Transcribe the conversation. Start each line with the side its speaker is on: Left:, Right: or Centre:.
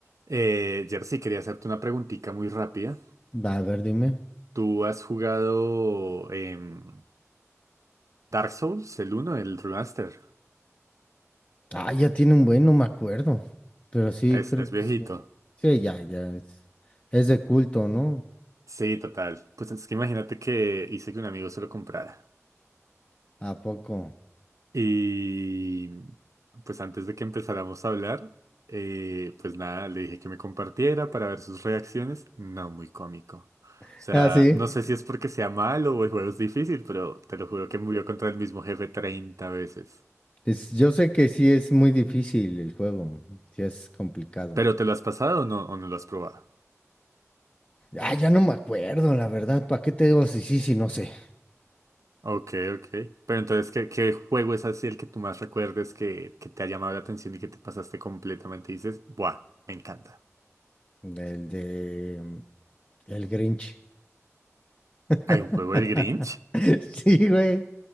Right: Eh, Jersey, quería hacerte una preguntita muy rápida.
Left: Va, a ver, dime.
Right: ¿Tú has jugado em, Dark Souls, el uno, el remaster?
Left: Ah, ya tiene un buen, no me acuerdo. Pero sí,
Right: Es,
Left: creo
Right: es
Left: que
Right: viejito.
Left: sí. Sí, ya, ya. Es, es de culto, ¿no?
Right: Sí, total. Pues es que imagínate que hice que un amigo se lo comprara.
Left: ¿A poco?
Right: Y pues antes de que empezáramos a hablar, eh, pues nada, le dije que me compartiera para ver sus reacciones. No, muy cómico.
Left: <laughs>
Right: O sea,
Left: Ah, sí.
Right: no sé si es porque sea malo o el juego es difícil, pero te lo juro que murió contra el mismo jefe 30 veces.
Left: Es- yo sé que sí es muy difícil el juego. Sí es complicado.
Right: ¿Pero te lo has pasado o no, o no lo has probado?
Left: Ah, ya no me acuerdo, la verdad. ¿Para qué te digo si sí, si no sé?
Right: Ok, ok. Pero entonces, ¿qué, qué juego es así el que tú más recuerdes que, que te ha llamado la atención y que te pasaste completamente? Y dices, ¡buah! Me encanta.
Left: El de... mm, El Grinch. <laughs>
Right: ¿Hay un juego del Grinch?
Left: Sí, güey.